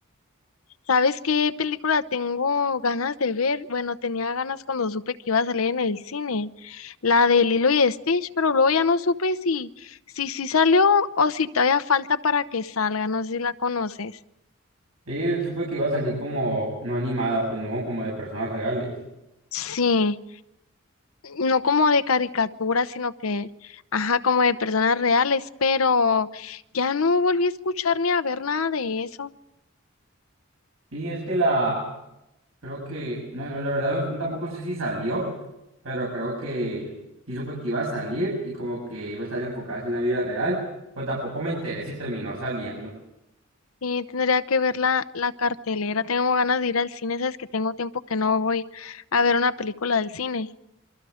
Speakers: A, on the left; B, on the right.
A: ¿Sabes qué película tengo ganas de ver? Bueno, tenía ganas cuando supe que iba a salir en el cine, la de Lilo y Stitch, pero luego ya no supe si, si, si salió o si todavía falta para que salga, no sé si la conoces.
B: Y supe que iba a salir como no animada, pues no como de personas reales.
A: Sí. no como de caricatura, sino que, ajá, como de personas reales, pero ya no volví a escuchar ni a ver nada de eso.
B: Y es que la Creo que, no, la verdad no- tampoco sé si salió, pero creo que sí supe que iba a salir y como que iba a estar enfocada en la vida real, pero tampoco me enteré si terminó saliendo.
A: Sí, tendría que ver la, la cartelera. Tengo ganas de ir al cine, sabes que tengo tiempo que no voy a ver una película del cine.